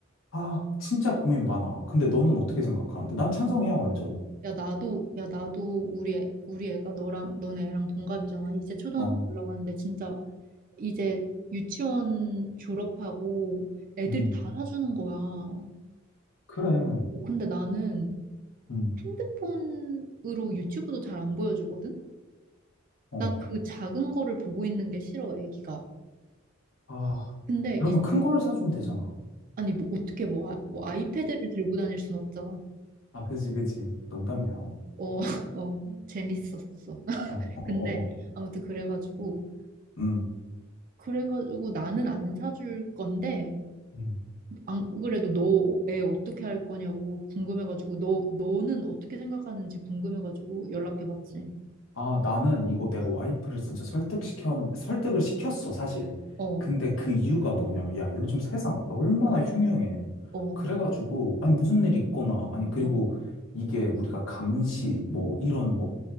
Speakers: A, on the left (about 70°); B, on the right (about 45°).
A: 아, 진짜 고민 많아. 근데 너는 어떻게 생각하는데? 난 찬성이야, 완전.
B: 야, 나도, 야, 나도 우리 애, 우리 애가 너랑, 너네 애랑 동갑이잖아. 이제 초등학교
A: 어,
B: 올라가는데 진짜 이제 유치원 졸업하고 애들이
A: 음,
B: 다 사주는 거야. 어,
A: 그래.
B: 근데 나는
A: 음,
B: 핸드폰으로 유튜브도 잘 안 보여주거든?
A: 어.
B: 난 그 작은 거를 보고 있는 게 싫어, 애기가.
A: 아,
B: 근데
A: 그러면
B: 이,
A: 큰 걸 사주면 되잖아.
B: 아니 뭐 어떻게 뭐, 아, 뭐 아이패드를 들고 다닐 순 없잖아.
A: 아, 그지, 그지. 농담이야. 어,
B: 어, <laughs> 어, 재밌었어. <laughs>
A: 어,
B: 근데
A: 어, 어. 어.
B: 아무튼 그래가지고
A: 음.
B: 그래가지고 나는 안 사줄 건데
A: 음.
B: 안 그래도 너 애 어떻게 할 거냐고 궁금해가지고 너 너는 어떻게 생각하는지 궁금해가지고 연락해봤지.
A: 아, 나는 이거 내가 와이프를 진짜 설득시켜, 설득을 시켰어, 사실.
B: 어,
A: 근데 그 이유가 뭐냐면, 야, 요즘 세상 얼마나 흉흉해.
B: 어,
A: 그래가지고, 아니, 무슨
B: 응,
A: 일 있거나, 아니, 그리고
B: 어,
A: 이게 우리가 감시, 뭐, 이런, 뭐,